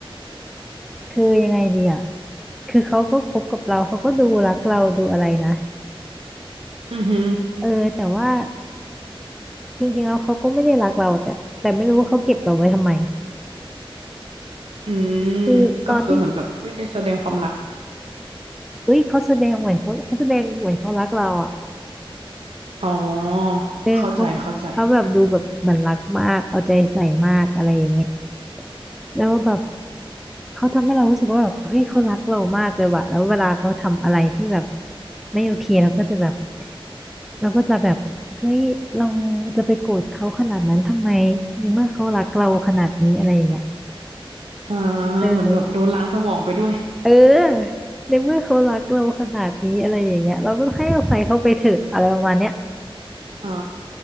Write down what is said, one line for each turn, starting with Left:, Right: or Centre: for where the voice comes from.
Centre: คือยังไงดีอ่ะคือเขาก็คบกับเราเขาก็ดูรักเราดูอะไรนะ
Right: อือฮึ
Centre: เออแต่ว่าจริงๆแล้วเขาก็ไม่ได้รักเราแต่แต่ไม่รู้ว่าเขาเก็บเราไว้ทำไม
Right: อืม
Centre: คือตอนที่
Right: ก็คือเหมือนแบบไม่ได้แสดงความรัก
Centre: เอ้ยเขาแสดงเหมือนเขาเขาแสดงเหมือนเขารักเราอ่ะ
Right: อ๋อเข้าใจเข้าใจ
Centre: เออเขาเขาแบบดูแบบเหมือนรักมากเอาใจใส่มากอะไรอย่างเงี้ยแล้วแบบเขาทำให้เรารู้สึกว่าแบบเฮ้ยเขารักเรามากเลยว่ะแล้วเวลาเขาทำอะไรที่แบบไม่โอเคเราก็จะแบบเราก็จะแบบเฮ้ยเราจะไปโกรธเขาขนาดนั้นทำไมในเมื่อเขารักเราขนาดนี้อะไรอย่างเงี้ย
Right: อ่า
Centre: เออ
Right: เหมือนแบบโดนล้างสมองไปด้วย
Centre: เออในเมื่อเขารักเราขนาดนี้อะไรอย่างเงี้ยเราก็ให้อภัยเขาไปเถอะอะไรประมาณเนี้ย
Right: อ๋อ